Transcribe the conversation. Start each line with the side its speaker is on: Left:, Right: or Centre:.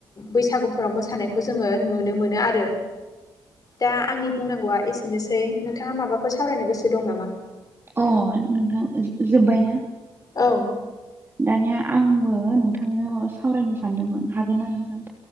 Left: बैसागुफोराव मोसानायखौ जोङो नुनो मोनो आरो दा आंनि बुंनांगौआ एसेनोसै नोंथाङा माबाफोर सावरायनो गोसो दं नामा
Right: अ नोंथां जोब्बाय ना
Left: औ
Right: दानिया आंबो नोंथांनो सावरायनो सानदोंमोन हागोन ना नोंथां